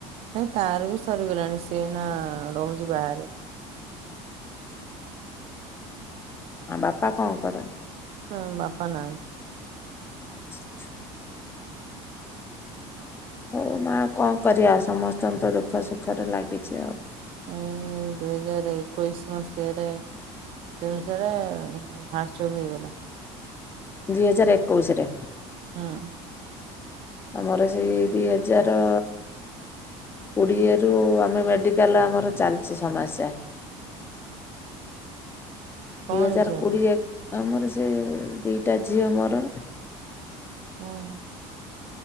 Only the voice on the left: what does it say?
ଆ ବାପା କଣ କରନ୍ତି?
ଆଚ୍ଛା। ହଉ ମା କଣ କରିଆ? ସମସ୍ତଙ୍କତ ଦୁଃଖ ସୁଖର ଲାଗିଚି ଆଉ।
ଦି ହଜାର ଏକୋଉଶି ରେ।
ଆମର ସେଇ ଦିହଜାର କୋଡିଏରୁୁ ଆମେ ମେଡିକାଲ ଆମର ଚାଲିଛି ସମାସ୍ୟା।
ଦି ହଜାର
କୋଡ଼ିଏ ଆମର ସେ ଦିଟା ଝିଅ ମୋର